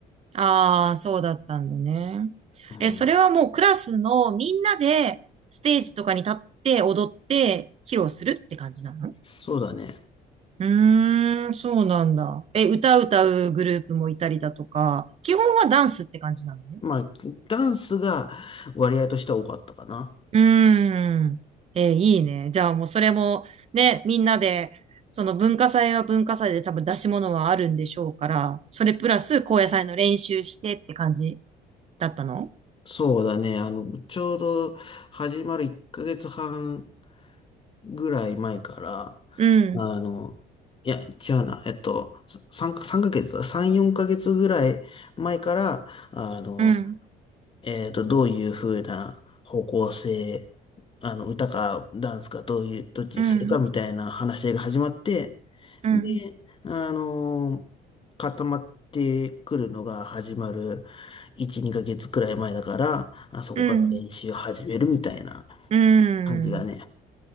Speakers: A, on the right; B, on the left.
A: ああ、そうだったんだね。
B: うん、
A: え、それはもうクラスのみんなでステージとかに立って踊って披露するって感じなの
B: そうだね。
A: うーん、そうなんだ。え、歌歌うグループもいたりだとか、基本はダンスって感じなのね
B: まあ、ダンスが割合としては多かったかな。
A: うーん。えーいいね。じゃあもうそれもね、みんなで、その文化祭は文化祭で多分出し物はあるんでしょうから、それプラス高野祭の練習してって感じだったの
B: そうだね。あの、ちょうど始まる1ヶ月半ぐらい前から、
A: うん、
B: あの、いや、違うな。えっと、3、三ヶ月、3、4ヶ月ぐらい前から、あの、
A: うん、
B: えっと、どういう風な方向性、あの、歌かダンスかどういう、どっちにするかみたいな話し合いが始まって、
A: うん、うん、
B: で、あのー固まってくるのが始まる1、2ヶ月くらい前だから、あそこから練習を始めるみたいな
A: うん、うん。
B: 感じだね。